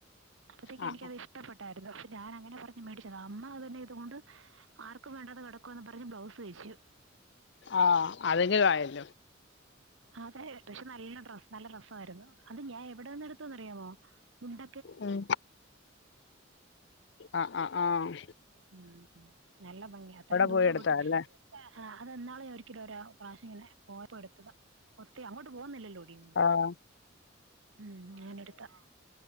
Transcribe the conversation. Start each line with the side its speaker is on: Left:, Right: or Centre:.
Right: അപ്പത്തേക്കും
Left: ആ ആ
Right: എനിക്കത് ഇ ഷ്ടപ്പെട്ടാരുന്നു അപ്പോ ഞാനങ്ങനെ പറഞ്ഞ് മേടിച്ചതാ അമ്മ അതിനെ ഇതുകൊണ്ട് ആർക്കും വേണ്ടാതെ കിടക്കുവാന്നും പറഞ്ഞ് ബ്ലൗസ് തയ്ച്ചു
Left: ആഹ് അതെങ്കിലും ആയല്ലോ
Right: അതെ പക്ഷെ നല്ല ഡ്രസ്സ് നല്ല രസമാരുന്നു അത് ഞാൻ എവിടെ നിന്ന് എടുത്തതാന്ന് അറിയാമോ മുണ്ട
Left: ഉം ആഹ് ആഹ് ആഹ്
Right: ഉം നല്ല ഭംഗിയാ അത്രേയും ദൂരം
Left: പോയി എടുത്താ
Right: പോയിട്ട്
Left: അല്ലേ
Right: ആഹ് അത് ഇന്നാള് ഒരിക്കല് ഒരു പ്രാവശ്യമങ്ങനെ പോയപ്പോ എടുത്തതാ ഒത്തി അങ്ങോട്ട് പോകുന്നില്ലല്ലോടി
Left: ആഹ്
Right: ഉം ഞാന് എടുത്തതാ